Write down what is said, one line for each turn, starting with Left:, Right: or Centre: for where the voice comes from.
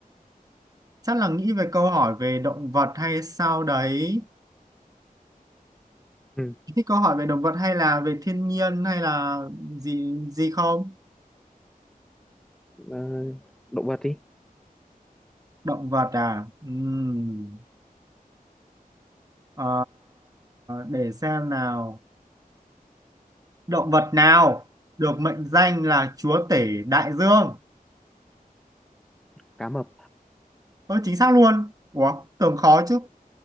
Right: chắc là nghĩ về câu hỏi về động vật hay sao đấy
Centre: Ừ.
Right: Thích câu hỏi về động vật hay là về thiên nhiên hay là gì gì không?
Centre: ờ, động vật đi
Right: Động vật à? Ừm. Ờ, để xem nào. Động vật nào được mệnh danh là chúa tể đại dương?
Centre: cá mập
Right: Ơ chính xác luôn. Ủa, tưởng khó chứ.